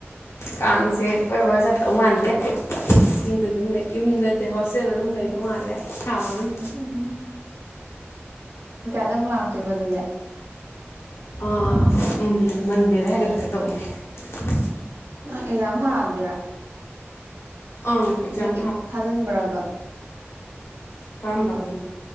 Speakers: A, on the left; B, on the right.
A: ꯀꯥꯡꯁꯦ ꯀꯣꯏꯕ ꯆꯠꯇꯧ ꯃꯥꯟꯗꯦ ꯌꯨꯝꯗ ꯑꯗꯨꯝ ꯂꯩ ꯌꯨꯝꯗꯗꯤ ꯍꯣꯁꯇꯦꯜꯗ ꯗꯨꯝ ꯂꯩꯗꯧ ꯃꯥꯜꯂꯦ ꯊꯥ ꯑꯃꯔꯣꯝ
B: ꯎꯝ ꯁꯤꯗꯃꯨꯛ ꯂꯥꯛꯇꯣꯏꯕ ꯑꯗꯨꯗꯤ
A: ꯑꯥ ꯎꯝ ꯃꯟꯗꯦꯗ ꯍꯥꯏꯒꯠꯂꯛꯀꯦ ꯇꯧꯕꯅꯤ
B: ꯅꯪ ꯑꯦꯛꯖꯥꯝ ꯊꯥꯗ꯭ꯔꯤꯔꯥ
A: ꯑꯪ ꯑꯦꯛꯖꯥꯝ
B: ꯅꯦꯠꯀꯤ ꯊꯥꯖꯤꯟꯕ꯭ꯔꯕ
A: ꯀꯔꯝꯕ